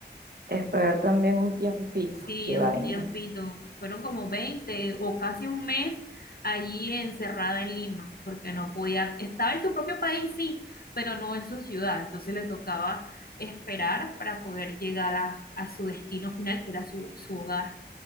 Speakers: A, on the right (about 60°); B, on the left (about 55°).
A: esperar también un tiempito.
B: Sí,
A: Qué
B: un
A: vaina.
B: tiempito. Fueron como 20 o casi un mes allí encerrada en Lima, porque no podía, estaba en su propio país, sí, pero no en su ciudad. Entonces le tocaba esperar para poder llegar a, a su destino final, que era su, su hogar.